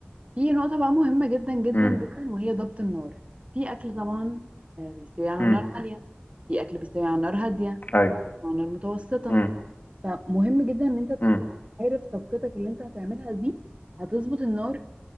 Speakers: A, on the right; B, on the left.
A: في نقطة بقى مهمة جدا جدا
B: امم
A: جدا وهي ضبط النار في أكل طبعا آه، بيستوي على
B: امم
A: نار عالية في أكل بيستوي على نار هادية
B: ايوه
A: على نار متوسطة
B: امم
A: فمهم جدا إن أنت تكون
B: امم،
A: عارف طبختك اللي أنت هتعملها دي هتظبط النار